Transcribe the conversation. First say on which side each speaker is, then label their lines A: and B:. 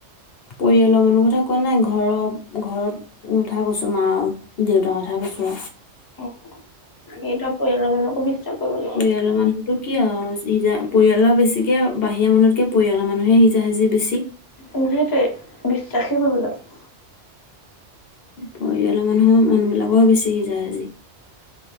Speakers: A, on the left; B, on the left.
A: পৰিয়ালৰ মানুহ কথা কোৱা নাই ঘৰ ঘৰত কথা কৈছো মা দেউতাৰ কথাই কৈছো।
B: অ, বাকিটো পৰিয়ালৰ মানুহকো বিশ্বাস কৰিব নো
A: পৰিয়ালৰ মানুহতটো কি আৰু সিজা পৰিয়ালৰ বেছিকে বাহিৰা মানুহতকে পৰিয়ালৰ মানুহে সিজা সিজি বেছি।
B: উম, সেইটোৱে বিশ্বাসেই কৰিব নোৱাৰি।
A: পৰিয়ালৰ মানুহৰ মানুহ বিলাকৰ বেছি সিজা সিজি,